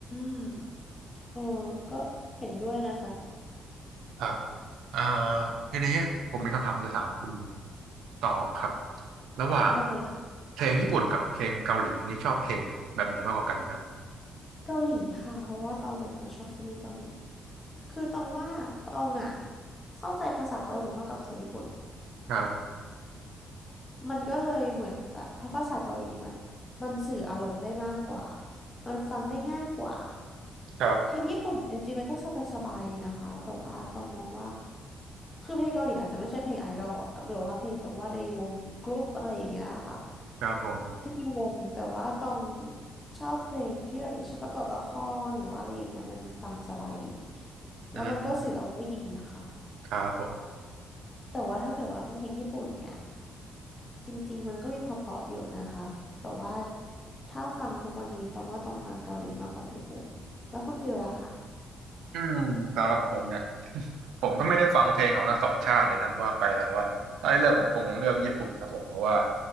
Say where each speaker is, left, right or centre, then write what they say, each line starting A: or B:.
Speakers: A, on the left; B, on the right.
A: มเออก็เห็นด้วยนะคะ
B: ครับอ่าทีนี้ผมมีคำถามจะถามคุณตองครับระหว่าง
A: ได้เลยค่ะ
B: เพลงญี่ปุ่นกับเพลงเกาหลีนี่ชอบเพลงไหนแบบไหนมากกว่ากันครับ
A: เกาหลีค่ะเพราะว่าตองเป็นคนชอบซีรีส์เกาหลีคือตองว่าตองอ่ะเข้าใจภาษาเกาหลีมากกว่าภาษาญี่ปุ่น
B: ครับ
A: มันก็เลยเหมือนแบบภาษาเกาหลีมันมันสื่ออารมณ์ได้มากกว่ามันฟังได้ง่ายกว่า
B: ครับ
A: เพลงญี่ปุ่นจริงๆมันก็สบายๆดีนะคะแต่ว่าต้องมองว่าคือเพลงเกาหลีอาจจะไม่ใช่เพลงไอดอลอะหรือว่าเพลงแบบว่าในวงกรุ๊ปอะไรอย่างเงี้ยค่ะ
B: ครับผม
A: ที่เป็นวงแต่ว่าต้องชอบเพลงที่แบบอย่างเช่นประกอบละครหรือว่าอะไรอย่างเงี้ยมันฟังสบายดีแล้วมันก็สื่อเอาได้ดีค่ะ
B: อืมครับผม
A: แต่ว่าถ้าเกิดว่าเป็นเพลงญี่ปุ่นเนี่ยจริงๆมันก็มีเพราะๆเยอะนะคะแต่ว่าถ้าฟังทุกวันนี้ต้องว่าต้องฟังเกาหลีมากกว่าญี่ปุ่นแล้วคุณฟิลล่ะคะ
B: อืมสำหรับผมเนี่ย <laughs> ผมก็ไม่ได้ฟังเพลงของทั้งสองชาติเลยนะว่าไปแต่ว่าถ้าให้เลือกผมคงเลือกญี่ปุ่นครับผมเพราะว่า